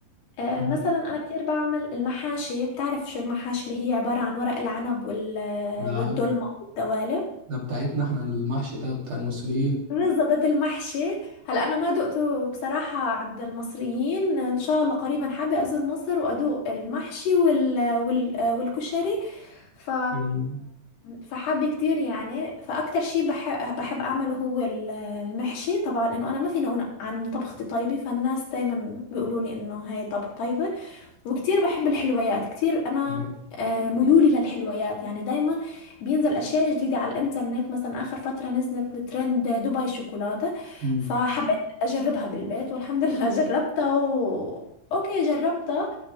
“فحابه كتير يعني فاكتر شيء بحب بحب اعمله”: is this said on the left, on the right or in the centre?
Left